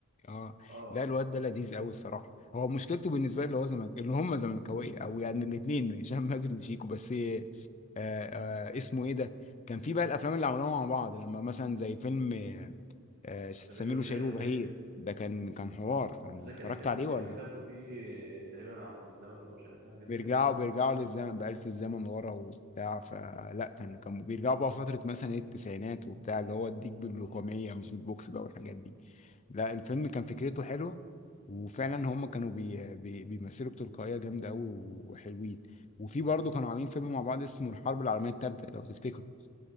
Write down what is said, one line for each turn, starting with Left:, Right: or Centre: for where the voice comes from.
Left: اه
Right: اه
Left: لا الواد ده لذيذ قوي الصراحه هو مشكلته بالنسبه لي اللي هو زمن اللي هم زملكاويه او يعني الاثنين هشام ماجد وشيكو بس آه آه اسمه ايه ده كان في بقى الافلام اللي عملوها مع بعض لما مثلا زي فيلم آه آه، سمير
Right: سمير وشهير
Left: وشهير وبهير
Right: وبهير
Left: ده كان كان حوار كان
Right: مش ده كان
Left: اتفرجت
Right: الفيلم
Left: عليه
Right: اللي كانوا
Left: ولا
Right: بيسافروا فيه تقريبا عبر الزمن ومش عارف ايه حاجات
Left: بيرجعوا
Right: زي كده
Left: بيرجعوا للزمن بآلة الزمن ورا وبتاع فلا كان كانوا بيرجعوا بقى فترة مثلا ايه التسعينات وبتاع اللي هو اديك باللقمية مش بالبوكس بقى والحاجات دي لا الفيلم كان فكرته حلوة وفعلا هم كانوا بي بي بيمثلوا بتلقائية جامدة قوي وحلوين وفي برضه كانوا عاملين فيلم مع بعض اسمه الحرب العالمية التالتة لو تفتكروا